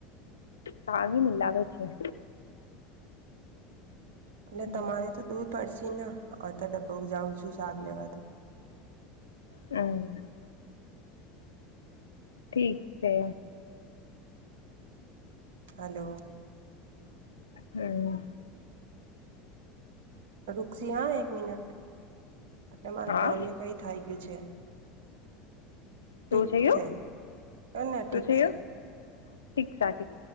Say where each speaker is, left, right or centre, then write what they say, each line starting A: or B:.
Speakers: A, on the left; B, on the right.
A: સાગી ની લાવે છે.
B: અને
A: હમ
B: તમારે તો દૂર પડશે ના આતો ડબ્બો જાઉં છું શાક લેવા તો.
A: હમ્મ ઠીક છે.
B: હલો
A: હમ્મ
B: રૂકજી હા એક મિનટ એટલે મારા
A: હા
B: ફોનને કઈ થઈ ગયું છે. ઠીક
A: શું થયુ
B: છે કને
A: શું
B: ઠીક
A: છેું
B: છે
A: ઠીક સા ઠીક